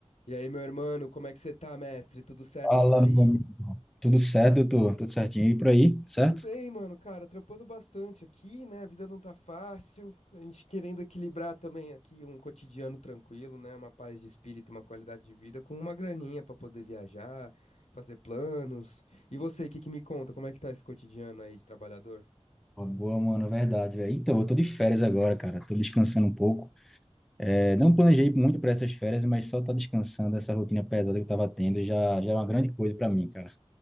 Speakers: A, on the left; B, in the centre.
A: E aí, meu irmão, como é que você tá, mestre? Tudo certo
B: Fala,
A: por aí?
B: meu amigo. Tudo certo, doutor? Tudo certinho e por aí, certo?
A: Tudo bem, mano, cara, trampando bastante aqui, né? A vida não tá fácil. A gente querendo equilibrar também aqui um cotidiano tranquilo, né? Uma paz de espírito, uma qualidade de vida com uma graninha pra poder viajar, fazer planos. E você, o que que me conta? Como é que tá esse cotidiano aí de trabalhador?
B: Pô, Boa, mano, é verdade, velho. Então, eu tô de férias agora, cara. Tô descansando um pouco. É, não planejei muito para essas férias, mas só tá descansando essa rotina pesada que eu tava tendo já, já é uma grande coisa para mim, cara.